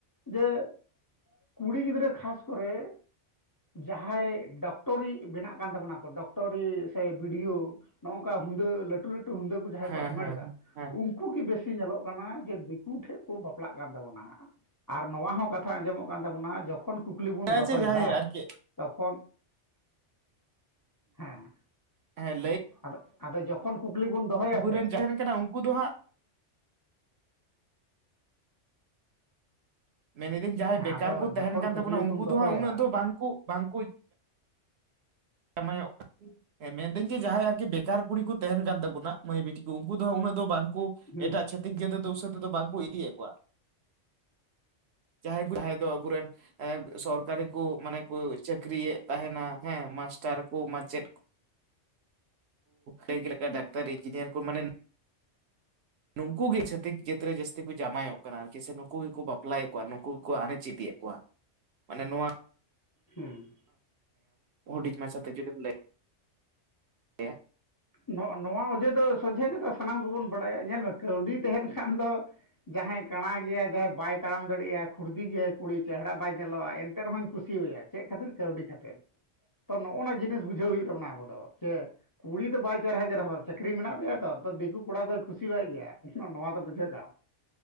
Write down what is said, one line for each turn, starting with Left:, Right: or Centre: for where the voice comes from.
Left: ᱡᱮ ᱠᱩᱲᱤ ᱜᱤᱫᱽᱨᱟᱹ ᱠᱷᱟᱥ ᱠᱚᱨᱮ ᱡᱟᱦᱟᱸᱭ ᱰᱚᱠᱴᱚᱨᱤ ᱵᱮᱱᱟᱜ ᱠᱟᱱ ᱛᱟᱵᱚᱱᱟ ᱠᱚ ᱰᱚᱠᱴᱚᱨᱤ ᱥᱮ ᱵᱤᱰᱤᱭᱳ ᱱᱚᱜᱝᱠᱟ ᱦᱩᱸᱫᱟᱹ ᱞᱟᱹᱴᱩ ᱞᱟᱹᱴᱩ ᱦᱩᱸᱫᱟᱹ ᱠᱚ ᱡᱟᱦᱟᱸᱭ
Right: ᱦᱮᱸ
Left: ᱠᱚ ᱦᱟᱢᱮᱴ ᱫᱟ
Right: ᱦᱮᱸ ᱦᱮᱸ
Left: ᱩᱱᱠᱩ ᱩᱱᱠᱩ ᱜᱮ ᱵᱮᱥᱤ ᱧᱮᱞᱚᱜ ᱠᱟᱱᱟ ᱡᱮ ᱫᱤᱠᱩ ᱴᱷᱮᱱ ᱠᱚ ᱵᱟᱯᱞᱟᱜ ᱠᱟᱱ ᱛᱟᱵᱚᱱᱟ ᱦᱟᱸᱜ ᱟᱨ ᱱᱚᱣᱟ ᱦᱚᱸ ᱠᱟᱛᱷᱟ ᱟᱸᱡᱚᱢᱚᱜ ᱠᱟᱱ ᱛᱟᱵᱚᱱᱟ ᱡᱚᱠᱷᱚᱱ ᱠᱩᱠᱞᱤ ᱵᱚᱱ
Right: ᱦᱮᱸ
Left: ᱫᱚᱦᱚᱭ
Right: ᱡᱮ ᱡᱟᱦᱟᱸᱭ
Left: ᱫᱟ
Right: ᱟᱨᱠᱤ
Left: ᱛᱚᱠᱷᱚᱱ ᱦᱮᱸᱫᱚ
Right: ᱦᱮᱸ
Left: ᱟᱫᱚ ᱡᱚᱠᱷᱚᱱ ᱠᱷᱚᱱ ᱠᱩᱠᱞᱤ ᱵᱚᱱ ᱫᱚᱦᱚᱭᱟ
Right: ᱟᱹᱵᱩᱨᱮᱱ
Left: ᱥᱮ
Right: ᱡᱟᱦᱮᱱ ᱠᱟᱱᱟ ᱩᱱᱠᱩ ᱫᱚ ᱦᱟᱸᱜ ᱢᱮᱱ ᱤᱫᱟᱹᱧ ᱡᱟᱦᱟᱸᱭ
Left: ᱦᱮᱸ
Right: ᱵᱮᱠᱟᱨ
Left: ᱟᱫᱚ
Right: ᱠᱚ
Left: ᱡᱚᱠᱷᱚᱱ
Right: ᱛᱟᱦᱮᱱ ᱠᱟᱱ
Left: ᱠᱩᱠᱞᱤ
Right: ᱛᱟᱵᱚᱱᱟ ᱩᱱᱠᱩ
Left: ᱵᱚᱱ ᱫᱚᱦᱚᱭᱟ
Right: ᱫᱚ ᱦᱟᱸᱜ ᱩᱱᱟᱹᱜ ᱫᱚ ᱵᱟᱝᱠᱩ ᱵᱟᱝᱠᱩ ᱡᱟᱢᱟᱭᱚᱜ ᱠᱟᱱᱟ ᱮᱸ ᱢᱮᱱᱫᱟᱹ ᱡᱮ ᱡᱟᱦᱟᱸᱭ ᱟᱨᱠᱤ ᱵᱮᱠᱟᱨ ᱠᱩᱲᱤ ᱠᱚ ᱛᱟᱦᱮᱱ ᱠᱟᱱ ᱛᱟᱵᱚᱱᱟ ᱢᱟᱹᱭ ᱵᱤᱴᱤ ᱠᱚ ᱩᱱᱠᱩ ᱫᱚ ᱩᱱᱟᱹᱜ ᱫᱚ ᱵᱟᱝᱠᱩ
Left: ᱦᱩᱸ
Right: ᱮᱴᱟ ᱪᱷᱟᱹᱛᱤᱠ ᱡᱮᱛᱮ ᱫᱚ ᱩᱥᱟᱹᱛᱮ ᱫᱚ ᱵᱟᱝ ᱠᱚ ᱫᱤᱭᱮᱜ ᱠᱚᱣᱟ ᱡᱟᱦᱟᱸᱭ ᱠᱚ ᱡᱟᱦᱟᱸᱭ ᱫᱚ ᱟᱹᱵᱩᱨᱮᱱ ᱮ ᱥᱚᱨᱠᱟᱨᱤ ᱠᱚ ᱢᱟᱱᱮ ᱠᱚ ᱪᱟᱹᱠᱨᱤᱭᱮᱫ ᱛᱟᱦᱮᱱᱟ ᱦᱮᱸ ᱢᱟᱥᱼ ᱼᱠᱟᱨ ᱠᱚ, ᱢᱟᱪᱮᱫ ᱞᱟᱹᱭ ᱠᱮᱫ ᱞᱮᱠᱟ ᱰᱟᱠᱛᱟᱨ, ᱤᱧᱡᱤᱱᱤᱭᱟᱨ ᱠᱚ ᱢᱟᱱᱮ ᱱᱩᱱᱠᱩ ᱜᱮ ᱪᱷᱟᱹᱛᱤᱠ ᱡᱟᱹᱛ ᱨᱮ ᱡᱟᱹᱥᱛᱤ ᱠᱚ ᱡᱟᱢᱟᱭᱚᱜ ᱠᱟᱱᱟ ᱟᱨᱠᱤ ᱥᱮ ᱱᱩᱠᱩ ᱜᱮᱠᱚ ᱵᱟᱯᱞᱟᱭᱮᱫ ᱠᱚᱣᱟ, ᱱᱩᱠᱩ ᱜᱮᱠᱚ ᱟᱱᱮᱪ ᱤᱫᱤᱭᱮᱫ ᱠᱚᱣᱟ ᱢᱟᱱᱮ ᱱᱚᱣᱟ
Left: ᱦᱩᱸ
Right: ᱦᱰᱤᱧ ᱢᱟᱪᱷᱟ ᱛᱮ ᱡᱩᱫᱤᱢ ᱞᱟᱹᱭ ᱟᱭᱟ
Left: ᱱᱚᱣᱟ ᱚᱡᱮ ᱫᱚ ᱥᱚᱡᱷᱮ ᱠᱟᱛᱷᱟ ᱥᱟᱱᱟᱢ ᱠᱚᱵᱚᱱ ᱵᱟᱲᱟᱭᱟ ᱧᱮᱞ ᱢᱮ ᱠᱟᱹᱣᱰᱤ ᱛᱟᱦᱮᱱ ᱠᱷᱟᱱ ᱫᱚ ᱡᱟᱦᱟᱸᱭ ᱠᱟᱬᱟ ᱜᱮᱭᱟᱭ ᱡᱟᱦᱟᱸᱭ ᱵᱟᱭ ᱛᱟᱲᱟᱢ ᱫᱟᱲᱮᱭᱟᱜᱼᱟ ᱠᱷᱩᱲᱫᱤ ᱜᱮᱭᱟᱭ ᱠᱩᱲᱤ ᱪᱮᱦᱮᱨᱟ ᱵᱟᱭ ᱧᱮᱞᱚᱜᱼᱟ ᱮᱱᱛᱮ ᱨᱮᱦᱚᱸᱧ ᱠᱩᱥᱤᱣᱟᱭᱟ ᱪᱮᱫ ᱠᱷᱟᱹᱛᱤᱨ ᱠᱟᱹᱣᱰᱤ ᱠᱷᱟᱹᱛᱤᱨ ᱾ ᱛᱚ ᱱᱚᱜᱼᱚ ᱱᱚᱣᱟ ᱡᱤᱱᱤᱥ ᱵᱩᱡᱷᱟᱹᱣ ᱦᱩᱭᱩᱜ ᱛᱟᱵᱚᱱᱟ ᱟᱵᱚ ᱫᱚ ᱡᱮ ᱠᱩᱲᱤ ᱫᱚ ᱵᱟᱭ ᱪᱟᱨ ᱦᱟᱡᱟᱨ ᱦᱚᱸ ᱾ ᱪᱟᱹᱠᱨᱤ ᱢᱮᱱᱟᱜ ᱛᱟᱭᱮᱭᱟ ᱛᱚ ᱫᱤᱠᱩ ᱠᱚᱲᱟ ᱫᱚᱭ ᱠᱩᱥᱤ ᱣᱟᱭ ᱜᱮᱭᱟ ᱱᱚᱣᱟ ᱫᱚ ᱵᱩᱡᱷᱟᱹᱜ ᱠᱟᱜᱼᱟᱢ